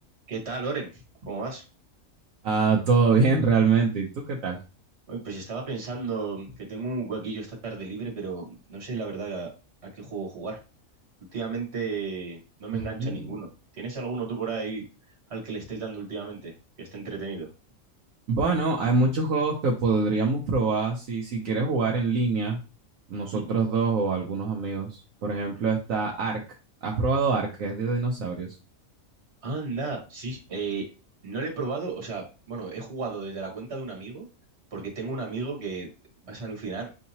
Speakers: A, on the right; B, on the right.
A: ¿Qué tal, Oren? ¿Cómo vas?
B: Ah, todo <laughs> bien realmente. ¿Y tú qué tal?
A: Oye, pues estaba pensando que tengo un huequillo esta tarde libre, pero no sé la verdad a, a qué juego jugar. Últimamente no me
B: Ujú.
A: engancha ninguno. ¿Tienes alguno tú por ahí al que le estés dando últimamente, que esté entretenido?
B: Bueno, hay muchos juegos que podríamos probar si, si quieres jugar en línea, nosotros
A: ¿Mm?
B: dos o algunos amigos. Por ejemplo, está Ark. ¿Has probado Ark? Que es de dinosaurios.
A: Anda, sí, eh, no le he probado, o sea, bueno, he jugado desde la cuenta de un amigo, porque tengo un amigo que vas a alucinar